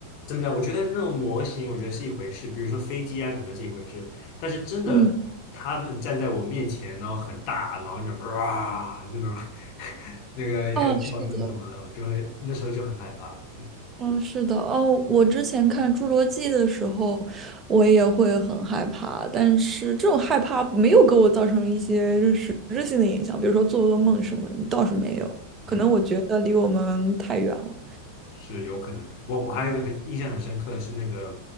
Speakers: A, on the left (about 45°); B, on the right (about 25°).
A: 怎么讲？我觉得那种模型，我觉得是一回事，比如说飞机啊，怎么样是一回事，但是真的。
B: 嗯，
A: 他们站在我面前，然后很大，然后就哇那种，<laughs> 那个还有叫声什么的，
B: 哦，是的。
A: 我就会那时候就很害怕。嗯
B: 嗯，是的，哦，我之前看《侏罗纪》的时候，我也会很害怕，但是这种害怕没有给我造成一些实质性的影响，比如说做噩梦什么倒是没有，
A: 嗯，嗯
B: 可能我觉得离我们太远了。
A: 是有可能。我我还有一个很印象很深刻的是那个，